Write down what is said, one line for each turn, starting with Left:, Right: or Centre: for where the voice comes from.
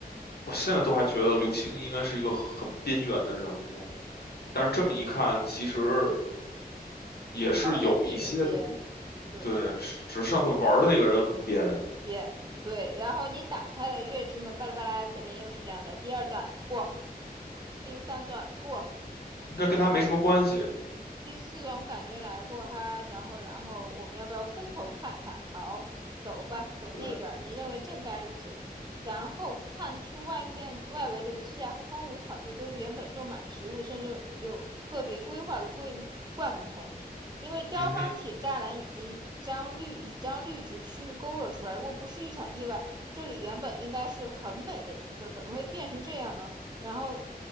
Left: 我现在都还觉得刘星应该是一个很边缘的人物，但是这么一看，其实也是有一些的。
Right: 他好像必不编，对，
Left: 对，只是上次玩儿的那个人很边，
Right: 编对，然后你打开了月之门，巴拉巴拉，前面又是这样的，第二段过，第三段过，
Left: 应该跟他没什么关系。
Right: 然后第四段我感觉来过哈，然后然后我们要不要分头看看？好，走吧，走那边儿。
Left: 对，
Right: 你认为正该如此。然后看出外面外围的枝桠和荒芜草地都是原本种满植物，甚至有特别规划的桂木灌木丛，因为雕花铁栅栏已经将绿已将绿植区域勾勒出来。
Left: 嗯哼，
Right: 如果不是一场意外，这里原本应该是很美的景色，怎么会变成这样呢？然后